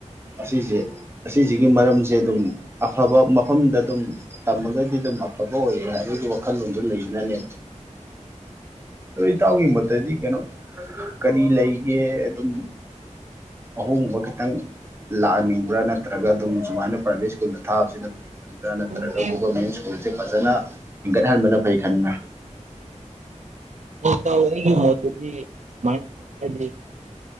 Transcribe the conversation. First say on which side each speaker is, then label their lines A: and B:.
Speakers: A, on the right; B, on the right.
A: ꯑꯁꯤꯁꯦ ꯑꯁꯤꯁꯤꯒꯤ ꯃꯔꯝꯁꯦ ꯑꯗꯨꯝ꯫ ꯑꯐꯕ ꯃꯐꯝꯗ ꯑꯗꯨꯝ ꯇꯝꯃꯒꯗꯤ ꯑꯗꯨꯝ ꯑꯐꯕ ꯑꯣꯏꯌꯦ ꯍꯥꯏꯕꯒꯤ ꯋꯥꯈꯜꯂꯣꯟꯗꯣ ꯂꯩꯕꯅꯅꯦꯕ꯫ ꯑꯗꯣ ꯏꯇꯥꯎꯒꯤ ꯃꯣꯠꯇꯗꯤ ꯀꯩꯅꯣ ꯀꯔꯤ ꯂꯩꯒꯦ ꯑꯗꯨꯝ, ꯑꯍꯣꯡꯕ ꯈꯤꯇꯪ꯫ ꯂꯥꯛꯍꯟꯅꯤꯡꯕ꯭ꯔꯥ ꯅꯠꯇ꯭ꯔꯒ ꯑꯗꯨꯝ ꯁꯨꯃꯥꯏꯅ ꯄꯥꯏꯚꯦꯠ ꯁ꯭ꯀꯨꯜꯗ ꯊꯥꯕꯁꯤꯅ ꯐꯩ꯫ ꯅꯠꯇ꯭ꯔꯒ
B: ꯎꯝ
A: ꯒꯣꯕꯔꯃꯦꯟ ꯁ꯭ꯀꯨꯜꯁꯦ ꯐꯖꯅ ꯍꯦꯟꯒꯠꯍꯟꯕꯅ ꯐꯩ ꯈꯟꯕ꯭ꯔꯥ?
B: ꯇ ꯑꯩꯒꯤ ꯃꯣꯠꯇꯗꯤ ꯁꯨꯃꯥꯏꯅ ꯐꯪꯉꯦ ꯍꯥꯏꯔꯗꯤ <unintelligible>